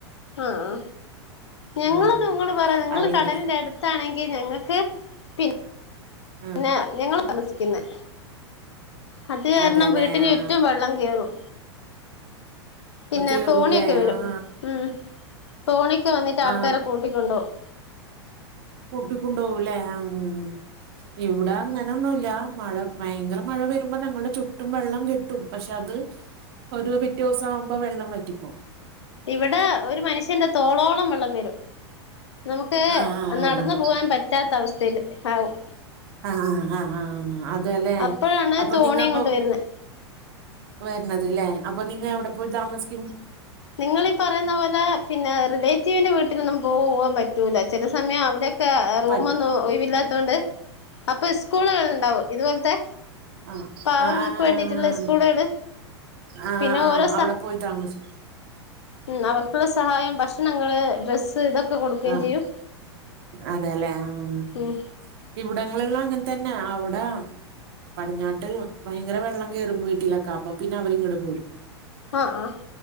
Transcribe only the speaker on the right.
ആ
അല്ലെങ്കിൽ
ആ
അതല്ലേ
ആ
ആ കേറൂല്ലേ
ആ
ആ
കൂട്ടി കൊണ്ടോവും ലേ ആഹ് ആ ഇവിടെ അങ്ങനെ ഒന്നുല്ല മഴ ഭയങ്കര മഴ വരുമ്പോ ഞങ്ങളുടെ ചുറ്റും വെള്ളം കെട്ടും പക്ഷെ അത് ഒരു പിറ്റേ ദിവസം ആവുമ്പോ വെള്ളം വറ്റിപോകും.
ആഹ്
ആഹ് ആ ആ ആ അതല്ലെ
അപ്പൊ
നിങ്ങപ്പൊ
വരണത് ലെ അപ്പൊ നിങ്ങ എവിടെ പോയി താമസിക്കും.
പറ്റും
ആഹ
ആ ആഹ
ആഹ്
ആഹ്
അവിടെ പോയി താമസി
ആഹ്
അതെല്ലേ ആഹ്
ഇവിടങ്ങളിലും അങ്ങനെ തന്നെ അവിടെ പടിഞ്ഞാട്ട് ഭയങ്കര വെള്ളം കേയറും വീട്ടിലൊക്കെ അപ്പൊ പിന്നെ അവരിങ്ങട് പോരും.